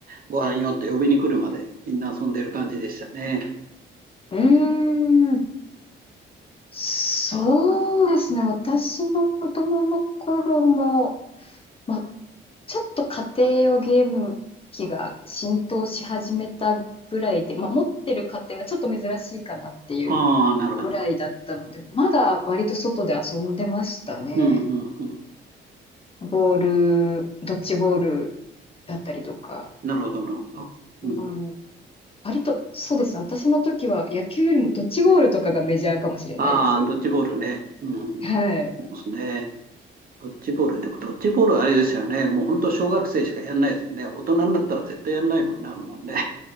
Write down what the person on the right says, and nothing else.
ご飯よって呼びに来るまで、みんな遊んでる感じでしたね。
ああ、なるほど。
うん、うん、うん。
なるほど、なるほど。うん、
ああ、ドッジボールね。うん。
そうですね。ドッジボール。でもドッジボールはあれですよね。もう本当小学生しかやんないですよね。大人になったら絶対やんないもんなるもんね。